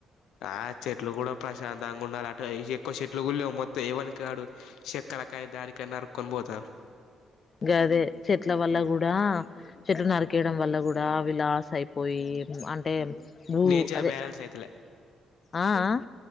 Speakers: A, on the left; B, on the left.
A: ఆ చెట్లు కూడా ప్రశాంతంగా ఉండాలి అంట ఈ ఎక్కువ చెట్లు కూడా లేవు మొత్తం ఏవని కాడు చెత్తల కాగితల కాని నరుక్కొని పోతారు.
B: గదే చెట్ల వల్ల కూడా చెట్లు నరికేయడం వల్ల కూడా అవి లాస్ అయిపోయి అంటే. ఊ
A: నేచర్
B: అదే
A: బ్యాలెన్స్ అయితలే
B: ఆ అ